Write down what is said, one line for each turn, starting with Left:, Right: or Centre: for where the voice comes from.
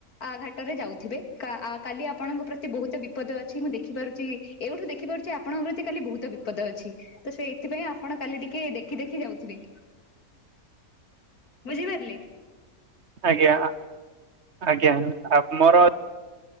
Left: ଆ ଘାଟରେ ଯାଉଥିବେ କା ଆ କାଲି ଆପଣଙ୍କ ପ୍ରତି ବୋହୁତ ବିପଦ ଅଛି ମୁଁ ଦେଖିପାରୁଚି ଏଉଠୁ ଦେଖିପାରୁଛି ଆପଙ୍କ ପ୍ରତି କାଲି ବୋହୁତ ବି ବିପଦ ଅଛି ତ ସେ ଏଥିପାଇଁ ଆପଣ କାଲି ଟିକେ ଦେଖି ଦେଖି ଯାଉଥିବେ। ବୁଝିପାରିଲେ?
Right: ଆଜ୍ଞା ଆ ଆଜ୍ଞା ଆମର